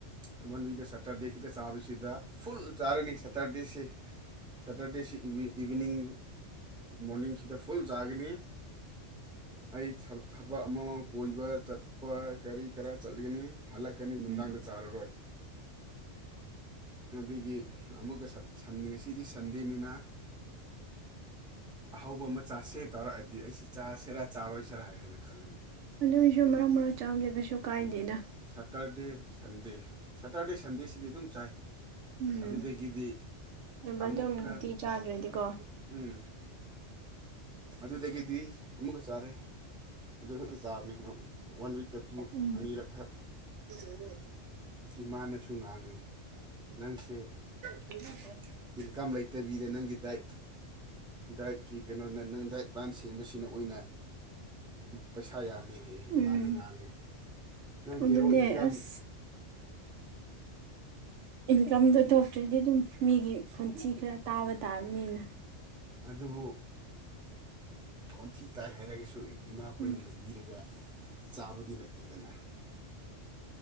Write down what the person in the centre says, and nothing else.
ꯁꯨꯃꯟ ꯋꯤꯛꯇ ꯁꯇꯔꯗꯦ ꯈꯤꯛꯇ ꯆꯥꯕꯁꯤꯗ ꯐꯨꯜ ꯆꯥꯔꯅꯤ ꯁꯇꯔꯗꯦꯁꯦ ꯁꯇꯔꯗꯦꯁꯤ ꯏꯚꯤ ꯏꯚꯤꯅꯤꯡ ꯃꯣꯔꯅꯤꯡꯁꯤꯗ ꯐꯨꯜ ꯆꯥꯒꯅꯤ ꯑꯩ ꯊ ꯊꯕꯛ ꯑꯃꯃꯝ ꯀꯣꯏꯕ ꯆꯠꯄ ꯀꯔꯤ ꯀꯔꯥ ꯆꯠꯂꯤꯅꯦ ꯍꯜꯂꯛ ꯀꯅꯤ ꯅꯨꯡꯗꯥꯡꯗ
ꯆꯥꯔꯔꯣꯏ ꯑꯗꯨꯒꯤ ꯑꯃꯨꯛꯀ <unintelligible> ꯉꯁꯤꯗꯤ ꯁꯟꯗꯦꯅꯤꯅ ꯑꯍꯥꯎꯕ ꯑꯃ ꯆꯥꯥꯁꯦ ꯇꯧꯔꯑꯗꯤ ꯑꯩꯁꯤ ꯆꯥꯥꯁꯤꯔ ꯆꯥꯔꯣꯏꯁꯤꯔ ꯍꯥꯏꯅ ꯈꯜꯂꯤꯅꯤ
ꯁꯇꯔꯗꯦ ꯁꯟꯗꯦ ꯁꯇꯔꯗꯦ ꯁꯟꯗꯦꯁꯤꯗꯤ ꯑꯗꯨꯝ ꯆꯥꯏ
ꯑꯗꯨꯗꯒꯤꯗꯤ
ꯑꯃꯨꯛꯀ
ꯎꯝ ꯑꯗꯨꯗꯒꯤꯗꯤ ꯑꯃꯨꯛꯀ ꯆꯥꯔꯦ ꯑꯗꯨ ꯈꯛꯇ ꯆꯥꯕꯅꯦ <unintelligible> ꯋꯥꯟ ꯋꯤꯛꯇ ꯇꯨ
ꯑꯅꯤꯔꯛꯈꯛ
ꯏꯃꯥꯅꯁꯨ ꯉꯥꯡꯉꯦ ꯅꯪꯁꯦ
ꯏꯟꯀꯝ ꯂꯩꯇꯕꯤꯗ ꯅꯪꯒꯤ ꯗꯥꯏꯠ ꯗꯥꯏꯠꯀꯤ ꯀꯩꯅꯣꯅ ꯅꯪ ꯗꯥꯏꯠ ꯄ꯭ꯂꯥꯟ ꯁꯦꯝꯕꯁꯤꯅ ꯑꯣꯏꯅ ꯄꯩꯁꯥ ꯌꯥꯝꯃꯦ ꯍꯩꯌꯦ
ꯏꯃꯥꯅ ꯉꯥꯡꯉꯦ ꯅꯪ
ꯖꯦꯔꯣ ꯏꯟꯀꯝ
ꯑꯗꯨꯕꯨ ꯈꯣꯟꯊꯤ ꯇꯥꯏ ꯍꯥꯏꯔꯒꯁꯨ ꯏꯃꯥꯈꯣꯏꯅ
ꯂꯩ ꯕꯤꯔꯒ ꯆꯥꯕꯗꯤ ꯅꯠꯇꯦꯗꯅ